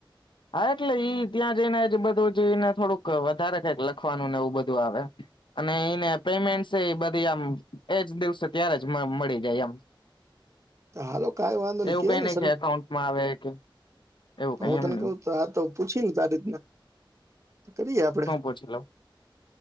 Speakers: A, on the left; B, on the right.
A: હા એટલે ઈ ત્યાં જઈનેજ બધું જને થોડુંક વધારે કંઈક લખવાનું ને બધું આવે અને એને પેમેન્ટ બધી આમ એજ દિવસે ત્યારે જ મ મળી જાય એમ
B: તા હાલો કઈ વાંધો ને
A: એવું કઈ નહી
B: ને સર
A: કે એકાઉન્ટમાં આવે કે એવું કઈ
B: હું તને
A: એમ નહી
B: કહું તો આ તો પૂછી તારી રીતના કરીયે આપડે
A: શું પૂછી લઉં